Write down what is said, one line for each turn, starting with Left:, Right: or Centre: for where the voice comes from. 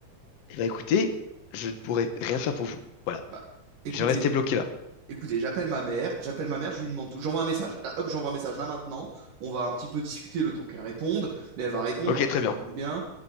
Left: et bah écoutez, je ne pourrai rien faire pour vous. Voilà.
Right: Bah, écoutez,
Left: Je restais bloqué là.
Right: écoutez, j'appelle ma mère, j'appelle ma mère, je lui demande tout, j'envoie un message. Là, hop, j'envoie un message là maintenant. On va un petit peu discuter le temps qu'elle réponde, mais elle va répondre
Left: Ok,
Right: parce que
Left: très
Right: je
Left: bien.
Right: la connais bien.